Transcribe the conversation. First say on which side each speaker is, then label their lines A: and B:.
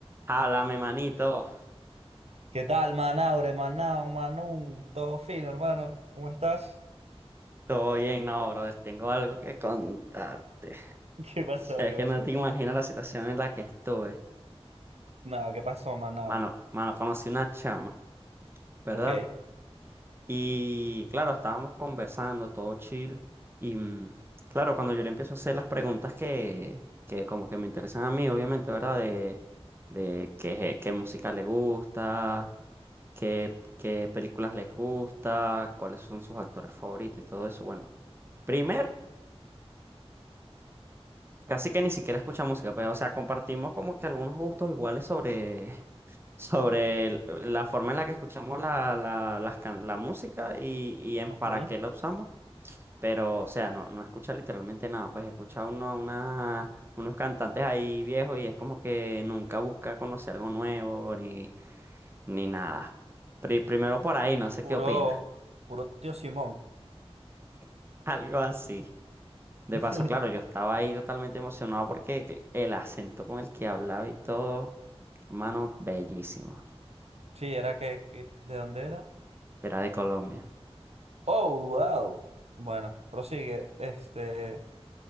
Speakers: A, on the right; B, on the right.
A: Háblame, manito.
B: ¿Qué tal, Manaure, Manao, Manun? Todo fino, hermano. ¿Cómo estás?
A: Todo bien, no, brother. Tengo algo que contarte.
B: <laughs> ¿Qué pasó?
A: Es
B: ¿Qué
A: que
B: pasó?
A: no te imaginas la situación en la que estuve.
B: Nada, ¿qué pasó, Manao?
A: Mano, mano, conocí una chama, ¿verdad?
B: Ok.
A: Y claro, estábamos conversando, todo chill. Y mm, claro, cuando yo le empiezo a hacer las preguntas que, que como que me interesan a mí, obviamente, ¿verdad? De, de qué, qué música le gusta, qué, qué películas les gusta, cuáles son sus actores favoritos y todo eso. Bueno. Primero. Casi que ni siquiera escucha música, pero, o sea, compartimos como que algunos gustos iguales sobre, <laughs> sobre el- la forma en la que escuchamos la, la, las can- la
B: O-
A: música y, y en para
B: ujú.
A: qué la usamos. Pero, o sea, no, no escucha literalmente nada. Pues escucha uno a una, unos cantantes ahí viejos y es como que nunca busca conocer algo nuevo ni, ni nada. Pri- primero por ahí, no sé
B: Puro,
A: qué opina,
B: puro tío Simón.
A: <laughs> Algo así. De
B: <laughs>
A: paso, claro, yo estaba ahí totalmente emocionado porque el acento con el que hablaba y todo, hermano, bellísimo.
B: Sí, era que, que- ¿de dónde era?
A: Era de Colombia.
B: Oh, wow. Bueno, prosigue. Este,